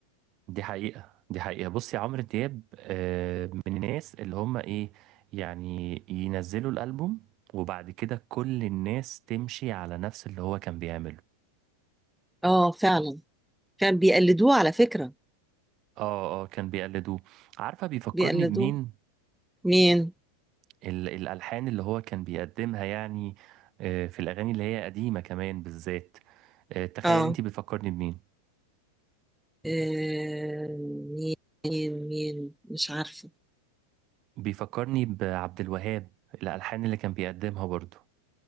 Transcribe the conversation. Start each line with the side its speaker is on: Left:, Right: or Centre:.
Right: دي حقيقة دي حقيقة بصي عمرو دياب آه، من الناس اللي هم ايه يعني ينزلوا الألبوم وبعد كده كل الناس تمشي على نفس اللي هو كان بيعمله
Centre: اه فعلا فعلا بيقلدوه على فكرة
Right: اه اه كان بيقلدوه عارفة بيفكرني
Centre: بيقلدوه
Right: بمين
Centre: مين
Right: ال- الألحان اللي هو كان بيقدمها يعني آه، في الأغاني اللي هي قديمة كمان بالذات آه، تخيلي
Centre: اه
Right: انت بيفكرني بمين
Centre: آه، مين مين مين مش عارفة
Right: بيفكرني بعبد الوهاب الألحان اللي كان بيقدمها برضه